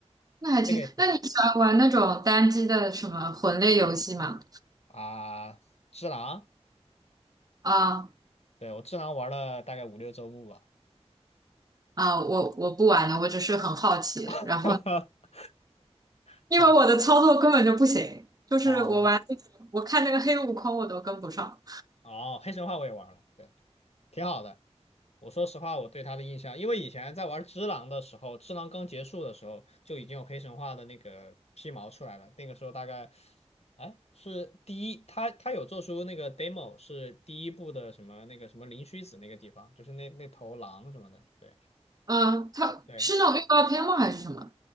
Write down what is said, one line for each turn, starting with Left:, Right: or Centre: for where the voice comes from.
Right: 那还挺。
Left: 那个也挺
Right: 那你喜欢玩那种单机的什么魂类游戏吗？
Left: 啊，只狼，
Right: 啊
Left: 对，我只狼玩了大概五六周目吧。
Right: 啊，我我不玩了，我只是很好奇。
Left: <laughs>
Right: 然后，
Left: 好，
Right: 因为我的操作根本就不行，就是我玩那个，
Left: 哦
Right: 我看那个黑悟空我都跟不上。
Left: 哦，黑神话我也玩了，对，挺好的。我说实话，我对他的印象，因为以前在玩只狼的时候，只狼刚结束的时候就已经有黑神话的那个皮毛出来了。那个时候大概，哎，是第一，他他有做出那个 demo，是第一部的什么那个什么灵虚子那个地方，就是那那头狼什么的，对
Right: 嗯，它是那种预告片吗？
Left: 对。
Right: 还是什么？